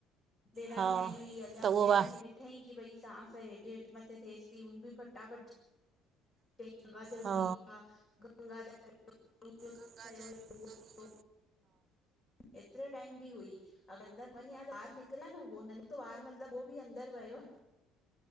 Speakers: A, on the left; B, on the right.
A: ॾेराणी
B: हा
A: आई हुई, अञां
B: त उहो
A: ॾेराणी
B: वा
A: ॾि ॾिठईं कि भई सांस हेॾे हेठि मथे थेएस ती, हुन बि फटाफट चाईं गंगा जल
B: हा
A: खणी आ, गंगा जल <unintelligible>
B: गंगा जल
A: हुयो, उहो
B: <unintelligible>
A: एतिरे टाइम बि हुई, अगिर अंदरि वञें हा त ॿाहिरि निकिरे आ न। उहो न निकितो ॿाहरि मतिलबु उहो बि अंदरि वियो।